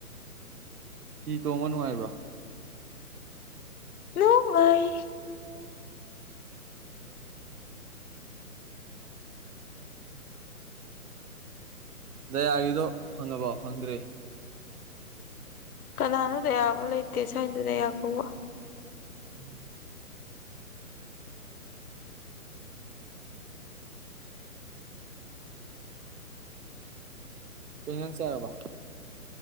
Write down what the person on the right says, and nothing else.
ꯍꯤ ꯇꯣꯡꯕ ꯅꯨꯡꯉꯥꯏꯕ꯭ꯔꯣ
ꯖꯌꯥꯒꯤꯗꯣ ꯐꯪꯉꯕꯣ ꯐꯪꯗ꯭ꯔꯤ
ꯎꯝ ꯀꯩ ꯏꯟꯖꯥꯡ ꯆꯥꯔꯕ